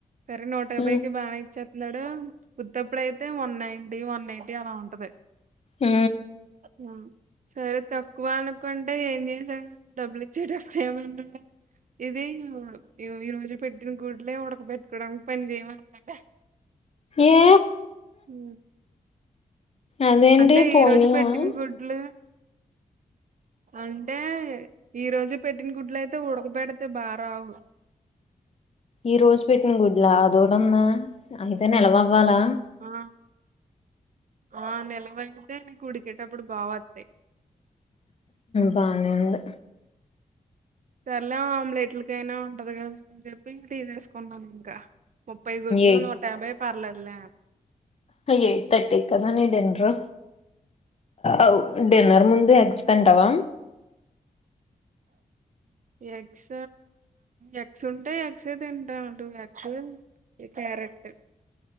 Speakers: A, on the right; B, on the left.
A: సరె నూటయభయ్
B: ఉ
A: కి బా ఇచ్చా ఇందడు ఉత్తప్పుడుయితే వన్ నైటీ వన్ ఎయిటీ అలా ఉంటది
B: ఉ
A: ఆ సరే తప్ప ఎక్కువ అనుకుంటే ఏం చేసాడు డబ్బులు ఇచ్చేటప్పుడు ఏమంటే ఇది ఈ రోజు పెట్టిన గుడ్లే ఉడక పెెట్టుకోవడానికి పని చేయమన్నాంటే
B: ఏ
A: ఉ
B: అదేంటి
A: అంటే
B: పోయినయా
A: ఈ రోజు పెట్టిన గుడ్లు అంటే ఈ రోజు పెట్టిన గుడ్లు అయితే ఉడకబెడితే బా రావు
B: ఈ రోజు పెట్టిన గుడ్లా అదోటుంద అయితే నిలవవ్వాలా
A: ఆ ఆ నిలవైతే నీకు ఉడికేటప్పుడు బాగొత్తయి
B: బానే ఉంది
A: సర్లే ఆమ్లెట్లకైనా ఉంటది కదా అని చెప్పి ఇంక తీసేసుకున్నాను ఇంకా ముప్పై గుడ్లు
B: ఎయిట్
A: నూట యాభై పర్లేదూలే
B: ఎయిట్ థర్టీ కదా నీ డిన్రు అవు డిన్నర్ ముందు
A: ఉమ్.
B: ఎగ్స్ తింటవ
A: ఎగ్స్ ఎగ్స్ ఉంటే ఎగ్స తింటా టు ఎగ్స్ క్యారెట్